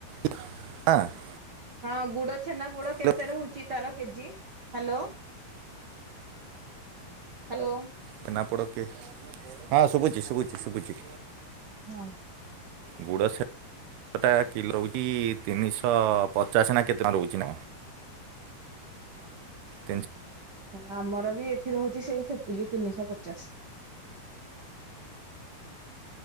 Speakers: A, on the right; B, on the right.
A: ହଁ <unintelligible>
B: ହଁ ଗୁଡ଼ ଛେନା ପୋଡ଼ କେତେ
A: ହ୍ୟାଲୋ
B: ରହୁଚି ତାର KG hello? Hello.
A: Chhena poda କେ ହଁ ଶୁଭୁଚି ଶୁଭୁଚି ଶୁଭୁଚି।
B: ହଉ।
A: ଗୁଡ଼ ସେ ଟା କିଲୋ ହଉଚି ତିନିଶହ ପଚାଶ ନା କେତେ ଟଙ୍କା ରହୁଚି ନା କଣ। ତିନିସ
B: ଓ ଆମର ବି ଏଠି ରହୁଚି ସେଇ ସେତିକି ତିନିଶହ ପଚାଶ।